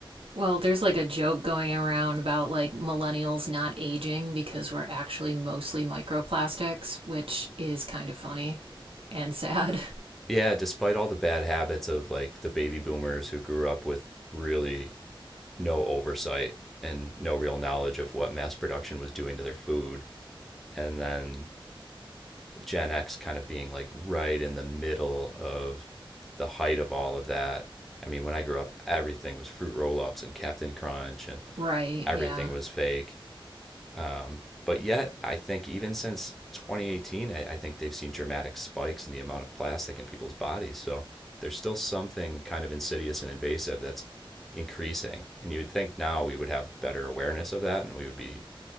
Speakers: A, on the right; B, in the centre.
A: Well, there's like a joke going around about like millennials not aging because we're actually mostly microplastics, which is kind of funny and sad.
B: yeah, despite all the bad habits of like the baby boomers who grew up with really no oversight and no real knowledge of what mass production was doing to their food, and then Gen X kind of being like right in the middle of the height of all of that. I mean, when I grew up, everything was fruit roll ups and Captain Crunch, and
A: <laughs> right,
B: everything
A: yeah.
B: was fake. Um, but yet, I think even since 2018, I, I think they've seen dramatic spikes in the amount of plastic in people's bodies. So there's still something kind of insidious and invasive that's increasing. And you would think now we would have better awareness of that and we would be